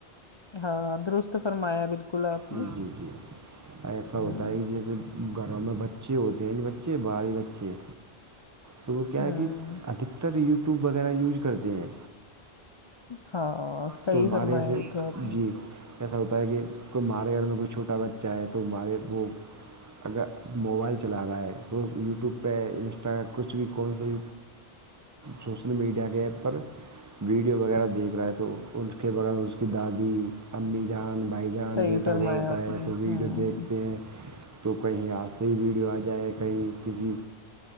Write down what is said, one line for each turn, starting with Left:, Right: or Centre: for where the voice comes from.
Left: ہاں درست فرمایا بالکل آپ
Right: جی
Left: نے
Right: جی جی ایسا
Left: ہ
Right: ہوتا ہے کہ جیسے گھروں میں بچے ہوتےلی بچے باہر بچے تو وہ کیا
Left: ہوں
Right: ہے کہ ادھکتر یوٹیوب وغیرہ یوج کرتے ہیں
Left: ہاں صحیح
Right: تو ہمارے
Left: فرمایا
Right: یہاں سے
Left: یہ تو آپ نے
Right: جی ایسا ہوتا ہے کہ کوئی ہمارے گھر میں کوئی چھوٹا بچہ ہے تو ہمارے وہ اگر موبائل چلا رہا ہے تو یوٹیوب پہ انسٹا کچھ بھی کون سے سوشل میڈیا کے ایپ پر ویڈیو وغیرہ دیکھ رہا تو اس کے بغیر اس کی دادی امی جان بھائی جان
Left: صحیح
Right: بیٹھا
Left: فرمایا
Right: ہوا ہوتا
Left: آپ
Right: ہے
Left: نے
Right: تو ویڈیو
Left: ہوں
Right: دیکھتے ہیں تو کہیں یہاں سے ہی ویڈیو آ جائے کہیں کسی